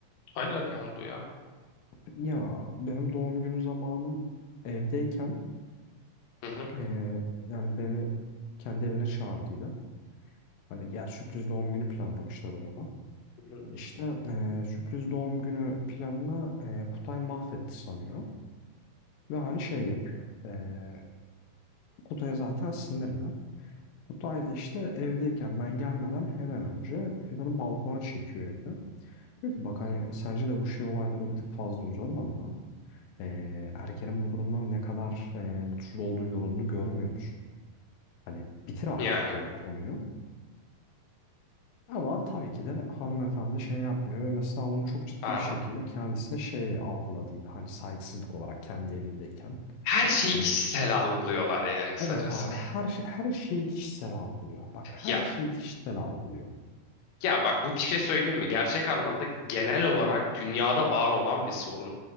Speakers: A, on the left; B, on the left.
A: Ayla niye oldu ya?
B: Ya benim doğum günü zamanım evdeyken
A: Hı hı.
B: eee, yani beni kendi evine çağırdıydı. Hani ya sürpriz doğum günü planlamışlar orada.
A: Hı hı.
B: İşte eee, sürpriz doğum günü planını eee, Kutay mahvetti sanıyor. Ve hani şey yapıyor. Eee Kutay zaten sinirli. Kutay da işte evdeyken ben gelmeden hemen önce Fidan'ı balkona çekiyor evde. Diyor ki bak hani sence de bu şey olayları bir tık fazla uzatmadı mı? Ee, erkenin bu durumdan ne kadar e, mutsuz olduğunu, yorulduğunu görmüyor musun? Hani bitir artık
A: Yani.
B: diyor bu konuyu. Ama tabii ki de hanımefendi şey yapmıyor ve mesela bunu çok ciddi
A: Aa.
B: bir şekilde kendisine şey algıladıydı. Hani saygısızlık olarak kendi evindeyken.
A: Her şeyi
B: Hani
A: kişisel algılıyorlar yani kısacası.
B: evet abi her, şey- her şeyi kişisel algılıyor. Bak her
A: Ya
B: şeyi kişisel algılıyor.
A: ya bak bu bir şey söyleyeyim mi? Gerçek anlamda genel olarak dünyada var olan bir sorun.